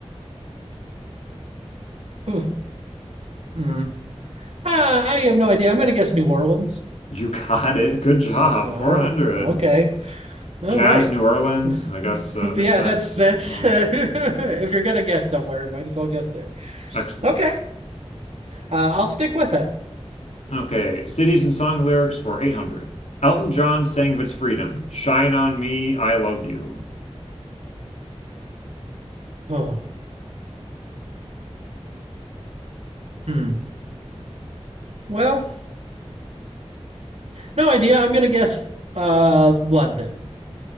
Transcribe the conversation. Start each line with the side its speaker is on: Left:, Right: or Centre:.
Right: Ooh, Hmm. Ah, I have no idea. I'm going to guess New Orleans.
Left: You <laughs> got it. Good job.
Right: Ah,
Left: 400.
Right: okay. All
Left: Jazz
Right: right.
Left: New Orleans,
Right: <laughs>
Left: I guess uh, makes
Right: Yeah,
Left: sense.
Right: that's that's
Left: Uh,
Right: uh, <laughs> if you're going to guess somewhere, might as well guess there.
Left: excellent.
Right: Okay. Uh, I'll stick with it.
Left: Okay. Cities and song lyrics for 800. Elton John sang of its freedom, Shine on me, I love you.
Right: Oh, hmm. Well, no idea. I'm going to guess uh London.